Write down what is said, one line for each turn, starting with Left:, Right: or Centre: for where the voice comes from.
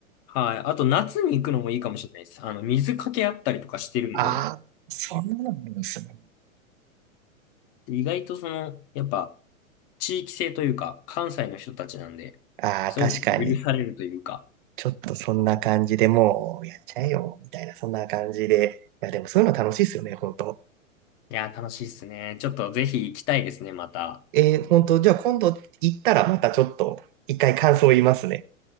Left: はい。あと夏に行くのもいいかもしれないです。あの、水かけあったりとかしてるんで、
Right: ああ、そんなのもあるんですね。
Left: 意外とその、やっぱ、地域性というか、関西の人たちなんで、
Right: ああ、
Left: そういうのが許されるというか、
Right: 確かに。ちょっとそんな感じでもうやっちゃえよ、みたいな、そんな感じで。いや、でもそういうの楽しいっすよね、本当。
Left: いやー、楽しいっすね。ちょっとぜひ行きたいですね、また。
Right: えー、本当、じゃあ今度行ったらまたちょっと一回感想言いますね。